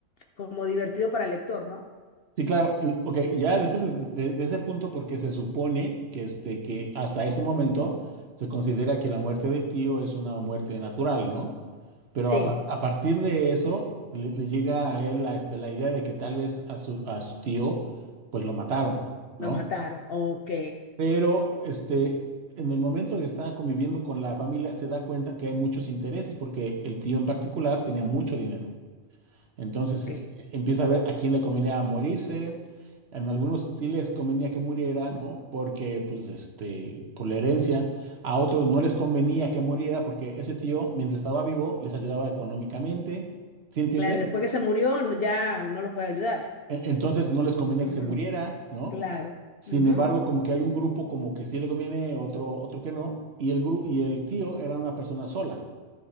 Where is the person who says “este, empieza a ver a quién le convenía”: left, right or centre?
Right